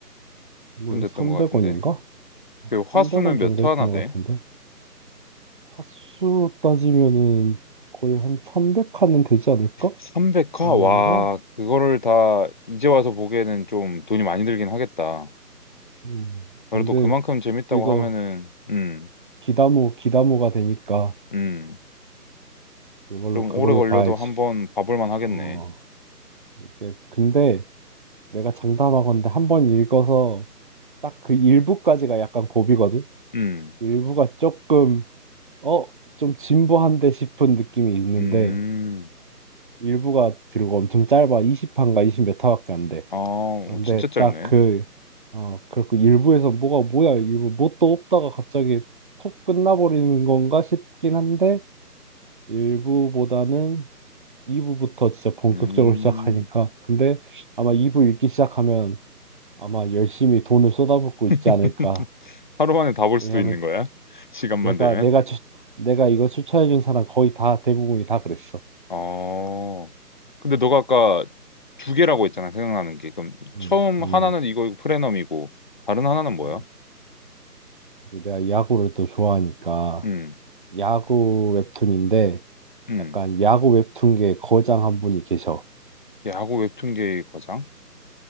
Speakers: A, on the right; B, on the left.
A: 물론
B: 좀 됐던
A: 300원인가?
B: 것 같은데. 그 화수는
A: 300원
B: 몇
A: 정도
B: 화나
A: 했던
B: 돼?
A: 것 같은데 화수로 따지면은 거의 한 300칸은 되지 않을까?
B: 300화?
A: 아닌가?
B: 와, 그거를 다 이제 와서 보기에는 좀 돈이 많이 들긴 하겠다.
A: 음,
B: 그래도
A: 근데
B: 그만큼 재밌다고
A: 이거
B: 하면은, 음,
A: 기다모, 기다모가 되니까
B: 음,
A: 그걸로,
B: 좀
A: 그걸로
B: 오래 걸려도
A: 봐야지.
B: 한번 봐볼 만 하겠네.
A: 어, 이렇게. 근데 내가 장담하건대 한 번 읽어서 딱 그 일부까지가 약간 고비거든?
B: 음,
A: 일부가 조금, 어, 좀 진보한데 싶은 느낌이 있는데,
B: 음,
A: 일부가 들고 엄청 짧아. 20판가 20 몇 화밖에 안 돼.
B: 아, 어,
A: 근데
B: 진짜 짧네.
A: 딱 그, 어, 그렇고 일부에서 뭐가 뭐야, 일부 뭣도 없다가 갑자기 툭 끝나버리는 건가 싶긴 한데, 일부보다는 2부부터 진짜 본격적으로
B: 음,
A: 시작하니까. 근데 아마 2부 읽기 시작하면 아마 열심히 돈을 쏟아붓고 있지
B: <laughs>
A: 않을까.
B: 하루 만에 다 볼
A: 왜냐하면
B: 수도 있는 거야? <laughs> 시간만
A: 내가
B: 되면?
A: 내가 추, 내가 이거 추천해준 사람 거의 다 대부분이 다 그랬어.
B: 어, 근데 너가 아까 두 개라고 했잖아, 생각나는 게. 그럼
A: 음,
B: 처음
A: 음,
B: 하나는 이거 프레넘이고, 다른 하나는 뭐야?
A: 음. 이제 내가 야구를 또 좋아하니까
B: 음,
A: 야구 웹툰인데
B: 음,
A: 약간 야구 웹툰계 거장 한 분이 계셔.
B: 야구 웹툰계의 거장?